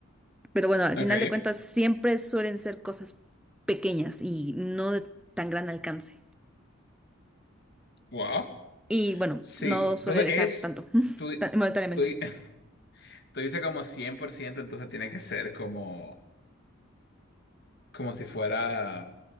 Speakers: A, in the centre; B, on the left (about 50°).
A: pero bueno, al
B: Ok,
A: final de cuentas siempre suelen ser cosas pequeñas y no de tan gran alcance.
B: wow.
A: Y bueno,
B: Sí,
A: no suele
B: entonces
A: dejar
B: es,
A: tanto, <laughs>
B: tú,
A: tan- monetariamente.
B: tú, <laughs> tú dices como cien por ciento entonces tiene que ser como... como si fuera